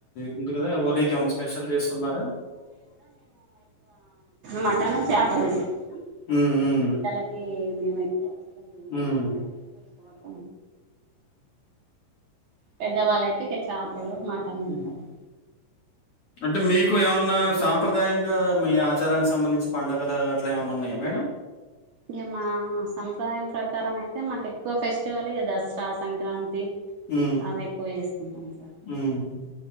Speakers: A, on the left; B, on the right.
A: ఉంది కదా హోలీకి ఏమనా స్పెషల్ చేస్తున్నారా
B: మటన్ చేపలు తీసుకొచ్చాం
A: హ్మ్. హ్మ్.
B: ఇ పిట్టలకి మేము ఎక్కువ చికన్ బిర్యాణి
A: హ్మ్.
B: అ ఎవ ఇష్టపడదు పెద్దవాళ్ళుయితే ఇ చేపలు మాటన్ తింటారు
A: హ్మ్. అంటే మీకు ఏమన్నా సాంప్రదాయంగా మీ ఆచారానికి సంబంధించి పండడుగలు అట్ల ఏమన్నా ఉన్నాయా మేడం
B: ఇక మా సంప్రదాయం ప్రకారం అయితే మాకు ఎక్కువ ఫెస్టివల్ ఇక దసరా సంక్రాంతి
A: హ్మ్.
B: అవి ఎక్కువ చేసుకుంటాను సార్
A: హ్మ్.